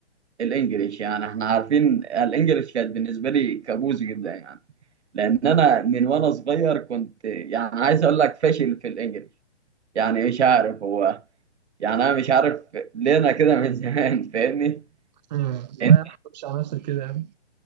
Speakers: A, on the right; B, on the right.
A: الانجليش يعني احنا عارفين الانجليش كانت بالنسبه لي كابوس جدا يعني لان انا من وانا صغير كنت يعني عايز اقول لك فاشل في الانجليش يعني مش عارف هو يعني انا مش عارف ليه انا كده من زمان فاهمني
B: امم
A: انت؟
B: لا يا عم مش على نفسك كده يا عم